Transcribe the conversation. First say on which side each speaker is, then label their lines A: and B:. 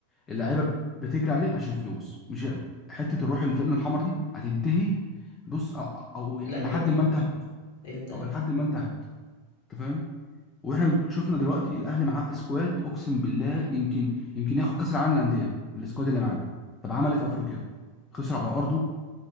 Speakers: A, on the left; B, on the left.
A: اللعيبه بتجري عليه عشان فلوس مش حته الروح الفرقه الحمر دي هتنتهي بص او أو الى
B: لا هي
A: حد
B: انتهت
A: ما انتهت
B: هي انتهت
A: او لحد ما انتهت انت فاهم واحنا شفنا دلوقتي الاهلي معاه سكواد اقسم بالله يمكن يمكن ياخد كاس العالم للانديه من السكواد اللي معاه طب عمل ايه في افريقيا خسر على ارضه